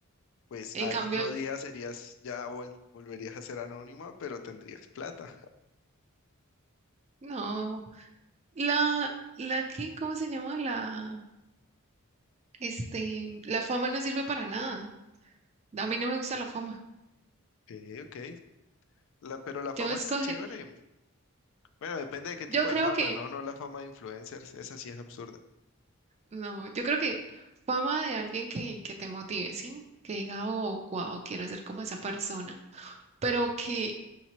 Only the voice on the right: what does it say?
En
cambio,
no. La, la que, ¿cómo se llama? La, este, la fama no sirve para nada. A mí no me gusta la fama.
Yo escoge,
yo creo
que
No, yo creo que fama de alguien que, que te motive, ¿sí? Que diga, oh, wow, quiero ser como esa persona. Pero que,